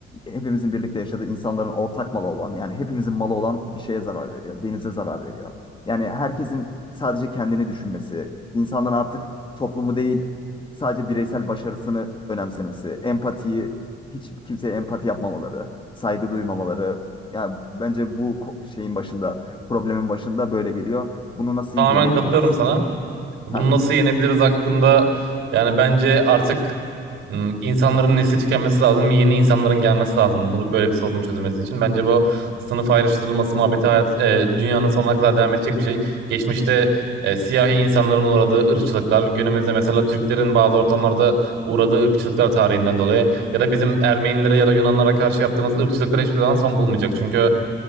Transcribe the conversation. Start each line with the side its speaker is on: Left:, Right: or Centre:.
Left: hepimizin birlikte yaşadığı insanların ortak malı olan yani hepimizin malı olan bir şeye zarar veriyor. Denize zarar veriyor. Yani herkesin sadece kendini düşünmesi, insanların artık toplumu değil sadece bireysel başarısını önemsemesi, empatiyi hiç kimseye empati yapmamaları, saygı duymamaları. Yani bence bu ko- şeyin başında, problemin başında böyle geliyor. Bunu nasıl
Right: Tamamen
Left: yenebiliriz?
Right: katılıyorum sana. Bunu
Left: Ha,
Right: nasıl yenebiliriz hakkında yani bence artık m, insanların nesli tükenmesi lazım. Yeni insanların gelmesi lazım. Bunu böyle bir sorunun çözülmesi için. Bence bu sınıf ayrıştırılması muhabbeti hayat e, dünyanın sonuna kadar devam edecek bir şey. Geçmişte e, siyahi insanların uğradığı ırkçılıklar, günümüzde mesela Türklerin bazı ortamlarda uğradığı ırkçılıklar tarihinden dolayı ya da bizim Ermenilere ya da Yunanlara karşı yaptığımız ırkçılıklar hiçbir zaman son bulmayacak. Çünkü